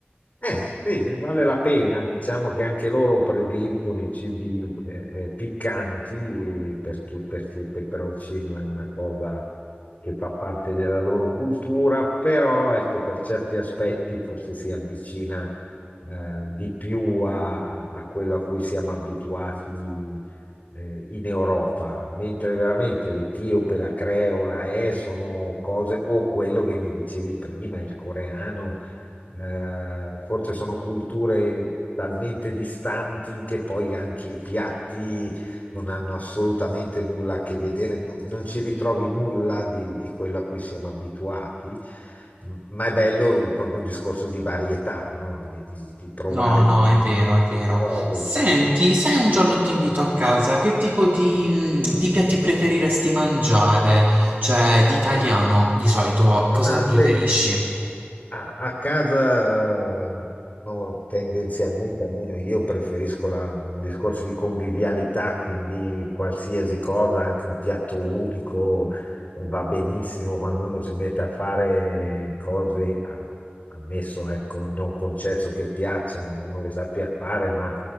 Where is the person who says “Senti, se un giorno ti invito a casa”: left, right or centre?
Right